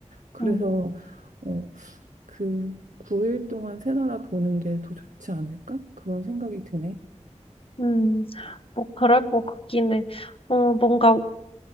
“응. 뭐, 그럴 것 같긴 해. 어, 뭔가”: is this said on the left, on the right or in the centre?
Left